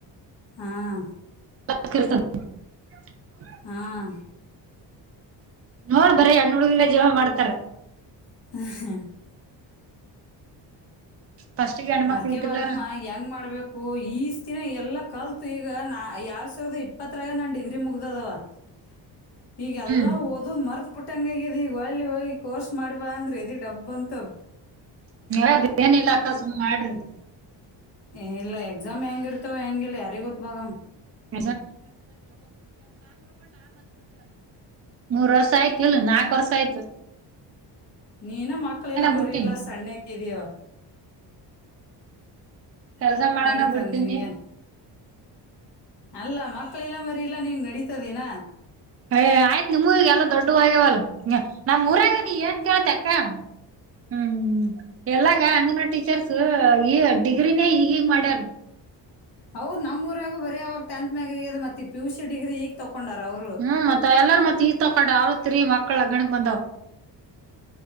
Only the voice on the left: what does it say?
ಹಾಂ.
ಹಾಂ.
<unintelligible>
ಅದ್ಕ
ಭಾಗಮ್ಮ ಹೆಂಗ್ ಮಾಡ್ಬೇಕ. ಓ ಈಸ್ ದಿನ ಎಲ್ಲ ಕಲ್ತು ಈಗ ನಾ ಎರಡ ಸಾವಿರದ ಇಪ್ಪತ್ತರಾಗ ನಾನು ಡಿಗ್ರಿ ಮುಗ್ದದವ. <inaudible> ಈಗ ಎಲ್ಲಾ
ಓದುದ ಮರ್ತ ಬಿಟ್ಟಂಗಗದ ಈಗ ಒಳ್ಳಿ ಹೋಗಿ ಕೋರ್ಸ್ ಮಾಡ್ಬಾ ಅಂದ್ರೆ ಎದಿ ಡಬ್ ಅಂತದ.
ಏ ಇಲ್ಲ ಎಕ್ಸಾಮ್ ಹೆಂಗಿರ್ತವೆ ಹೆಂಗಿಲ್ಲ ಯಾರಿಗ ಗೊತ್ತ ಬಾಗಮ್ಮ.
ನೀನ ಇನ್ನ ಮಕ್ಳಿಲ್ಲ ಮರಿ
ಇಲ್ಲ ಸಣ್ಣಕ್ ಇದ್ಯವ.
ನಡೀತದ
ನಿನಗೇನು ಅಲ್ಲ ಮಕ್ಕಳಿಲ್ಲ ಮರಿಲ್ಲ ನಿಂಗ್ ನಡೀತದೀನ.
ಹೌದ ನಮ್ಮ್ ಊರಾಗ ಬರಯವಾಗ ಟೆಂತ್ ಮ್ಯಾಗ ಮತ್ತ ಪಿು ಸಿ ಡಿಗ್ರಿ ಈಗಗ ತೊಕೊಂಡಾರ ಅವರ.